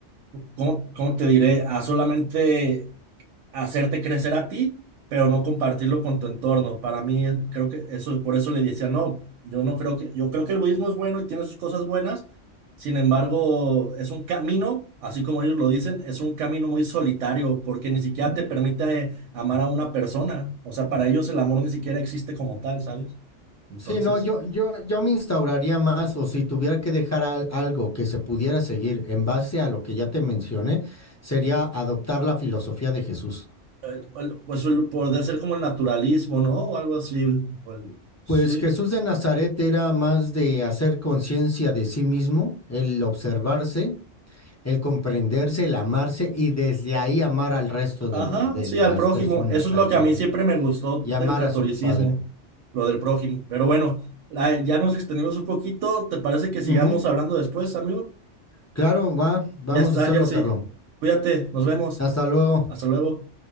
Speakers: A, on the right; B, on the left.
A: ¿cómo, cómo te diré? A solamente hacerte crecer a ti, pero no compartirlo con tu entorno. Para mí, creo que eso, por eso le decía, no, yo no creo que, yo creo que el budismo es bueno y tiene sus cosas buenas, sin embargo, es un camino, así como ellos lo dicen, es un camino muy solitario, porque ni siquiera te permite eh, amar a una persona. O sea, para ellos el amor ni siquiera existe como tal, ¿sabes? Entonces,
B: Sí, no, yo, yo, yo me instauraría más, o si tuviera que dejar al- algo que se pudiera seguir en base a lo que ya te mencioné, sería adoptar la filosofía de Jesús.
A: el- pues el- podría ser como el naturalismo, ¿no? O algo así. o el- sí.
B: Pues Jesús de Nazaret era más de hacer conciencia de sí mismo, el observarse, el comprenderse, el amarse y desde ahí amar al resto de
A: Ajá,
B: los, de
A: sí,
B: las
A: al prójimo.
B: personas,
A: Eso es
B: al
A: lo
B: prójimo,
A: que a mí siempre me gustó
B: y amar
A: del catolicismo,
B: a su padre.
A: lo del prójimo. Pero bueno, la- ya nos extendimos un poquito. ¿Te parece que sigamos
B: Ujú.
A: hablando después, amigo?
B: Claro, va, vamos
A: Ya está,
B: a hacerlo,
A: Jersey.
B: Carlos.
A: Cuídate, nos vemos.
B: Hasta luego.
A: Hasta luego.